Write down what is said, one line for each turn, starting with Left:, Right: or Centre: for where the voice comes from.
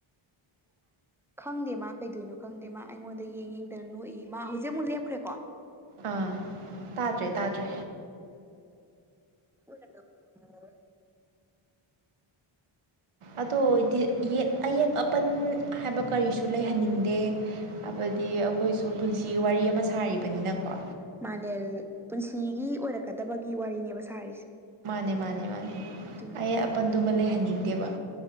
Centre: ꯈꯪꯗꯦ ꯃꯥ ꯀꯩꯗꯣꯏꯅꯣ ꯈꯪꯗꯦ ꯃꯥ ꯑꯩꯉꯣꯟꯗ ꯌꯦꯡ ꯌꯦꯡꯗꯅ ꯅꯣꯛꯏ ꯃꯥ ꯍꯧꯖꯤꯛ ꯑꯃꯨꯛ ꯂꯦꯞꯈ꯭ꯔꯦꯀꯣ
Right: ꯑꯥ ꯇꯥꯗ꯭ꯔꯦ ꯇꯥꯗ꯭ꯔꯦ
Centre: ꯃꯥ <unintelligible>
Right: ꯑꯗꯣꯗꯤ ꯑꯌꯦꯠ ꯑꯄꯟ ꯍꯥꯏꯕ ꯀꯔꯤꯁꯨ ꯂꯩꯍꯟꯅꯤꯡꯗꯦ ꯑꯗꯨꯗꯤ ꯑꯩꯈꯣꯏꯁꯨ ꯄꯨꯟꯁꯤ ꯋꯥꯔꯤ ꯑꯃ ꯁꯥꯔꯤꯕꯅꯤꯅꯀꯣ
Centre: ꯃꯅꯦ ꯄꯨꯟꯁꯤꯒꯤ ꯑꯣꯏꯔꯛꯀꯗꯕꯒꯤ ꯋꯥꯔꯤꯅꯦꯕ ꯁꯥꯔꯤꯁꯦ
Right: ꯃꯥꯅꯦ ꯃꯥꯅꯦ ꯃꯥꯅꯦ
Centre: ꯑꯗꯨꯅ
Right: ꯑꯩꯟ ꯑꯗꯨꯃ ꯂꯩꯍꯟꯅꯤꯡꯗꯦꯕ